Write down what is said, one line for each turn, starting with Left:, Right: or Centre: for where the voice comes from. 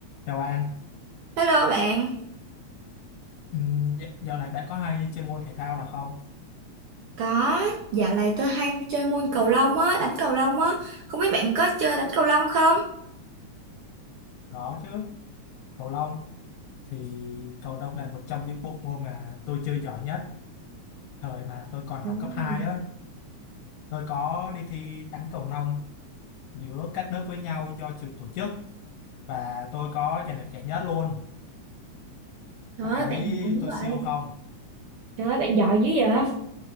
Left: Chào bạn,
Right: Hello bạn,
Left: Ừm, dạ- dạo này bạn có hay chơi môn thể thao nào không?
Right: có dạo này tôi hay chơi môn cầu lông á, đánh cầu lông á, không biết bạn có chơi đánh cầu lông không?
Left: Có chứ, cầu lông. Thì cầu lông là một trong những bộ môn mà tôi chơi giỏi nhất. Thời mà tôi còn
Right: Đúng
Left: học cấp 2
Right: rồi.
Left: á, tôi có đi thi đánh cầu lông giữa các lớp với nhau do trường tổ chức và tôi có giành được giải nhất luôn.
Right: Trời
Left: Bạn
Right: ơi,
Left: thấy
Right: bạn giỏi dữ
Left: tôi
Right: vậy.
Left: siêu không?
Right: Trời ơi, bạn giỏi dữ vậy.